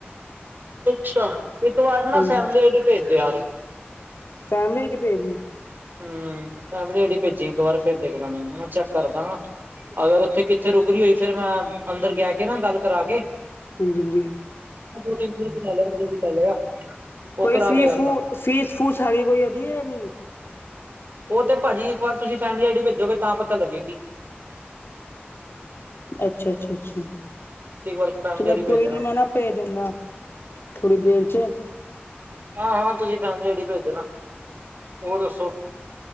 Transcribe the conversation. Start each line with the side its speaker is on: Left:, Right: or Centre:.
Right: ਅੱਛਾ ਇੱਕ ਵਾਰ ਨਾ
Left: ਹਾਂਜੀ
Right: ਫੈਮਲੀ ਇੱਥੇ ਭੇਜਦੇ ਯਾਰ।
Left: ਫੈਮਿਲੀ ਇਹਦੀ ਭੇਜਣੀ
Right: ਹੂ ਫੈਮਲੀ ਇਦੀ ਭੇਜੀ ਇੱਕ ਵਾਰ ਫਿਰ ਦੇਖਣਾ ਮ ਚੈੱਕ ਕਰਦਾ਼ ਅਗਰ ਓਥੇ-ਕਿੱਥੇ ਰੁਕਰੀ ਹੋਈ, ਫੇਰ ਮੈਂ ਅੰਦਰ ਗੈ ਕੇ ਨਾ ਗੱਲ ਕਰਾ ਕੇ
Left: ਹਾਂਜੀ-ਹਾਂਜੀ।
Right: ਦੋ-ਤਿਨ ਪੂਰੇ-ਪੂਰੇ ਲੈ ਲੇਗਾ, ਦੋ ਤਿਨ ਲੈ ਲੇਗਾ। ਉਹ
Left: ਕੋਈ
Right: ਕਰਾ
Left: ਫੀਸ
Right: ਦੇਗਾ
Left: ਫੂ
Right: ਕੰਮ
Left: ਫੀਸ ਫੂਸ ਹਗੀ ਕੋਈ ਅਧੀ ਹੈ ਨਹੀਂ
Right: ਉਹ ਤੇ ਭਾਜੀ ਇੱਕ ਵਾਰ ਤੁਸੀਂ ਫੈਮਿਲੀ ਆਈਡੀ ਭੇਜੋਗੇ ਤਾਂ ਪਤਾ ਲੱਗੇਗੀ।
Left: ਅੱਛਾ, ਅੱਛਾ, ਅੱਛਾ।
Right: ਤੁਸੀਂ ਇੱਕ ਵਾਰ ਫੈਮਿਲੀ
Left: ਚਲੋ
Right: ਆਈਡੀ ਭੇਜ
Left: ਕੋਈ
Right: ਦੇਣਾ
Left: ਨੀ ਮੈਂ ਨਾ ਪੇ ਜਾਂਦਾ ਥੋੜੀ ਦੇਰ ਚ
Right: ਹਾਂ, ਹਾਂ ਤੁਸੀਂ ਫੈਮਲੀ ਆਇਡੀ ਭੇਜ ਦੇਨਾ ਹੋਰ ਦੱਸੋ।